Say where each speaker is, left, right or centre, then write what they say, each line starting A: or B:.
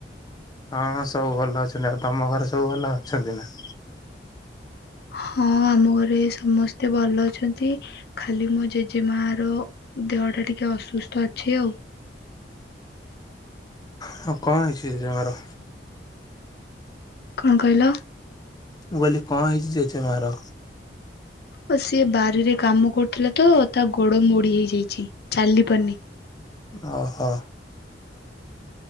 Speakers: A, on the left (about 20°); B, on the left (about 60°).
A: ହଁଁ ସବୁ ଭଲ ଅଛନ୍ତି। ଆଉ ତୋମ ଘରେ ସବୁ ଭଲ ଅଛନ୍ତି ନା?
B: ହଁ ଆମ ଘରେ ସମସ୍ତେ ଭଲ ଅଛନ୍ତି। ଖାଲି ମୋ ଜେଜେମା ର ଦେହ ଟା ଟିକେ ଅସୁସ୍ଥ ଅଛି ଆଉ।
A: ହଁ କଣ ହେଇଛି ଜେଜେମା ର?
B: କଣ କହିଲ?
A: ମୁଁ କହିଲି କଣ ହେଇଛି ଜେଜେ ମା ର?
B: ଓ ସିଏ ବାରିରେ କାମ କରୁଥିଲା ତ, ତା ଗୋଡ ମୋଡି ହେଇଯାଇଛି ଚାଲି ପାରୁନି।
A: ଓହୋ।